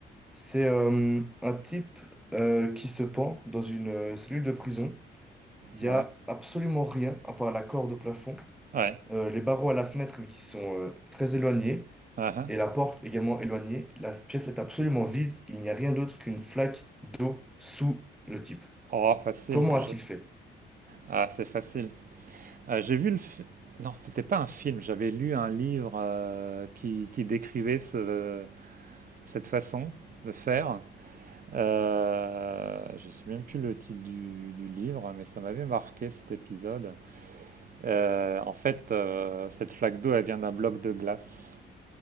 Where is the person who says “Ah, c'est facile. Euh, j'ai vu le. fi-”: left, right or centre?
Right